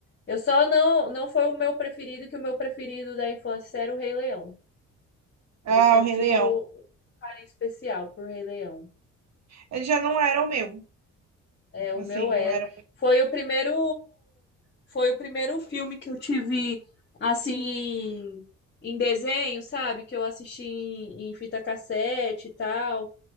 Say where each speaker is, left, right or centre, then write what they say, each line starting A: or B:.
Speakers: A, on the left; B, on the right.
A: Eu só não, não foi o meu preferido, que o meu preferido da infância era o Rei Leão.
B: Ah,
A: Eu sempre
B: o Rei
A: tive
B: Leão.
A: o, um carinho especial por Rei Leão.
B: Ele já não era o meu.
A: É, o
B: Assim,
A: meu era.
B: não era.
A: Foi o primeiro, foi o primeiro filme que eu tive assim em, em desenho, sabe? Que eu assisti em, em fita cassete e tal.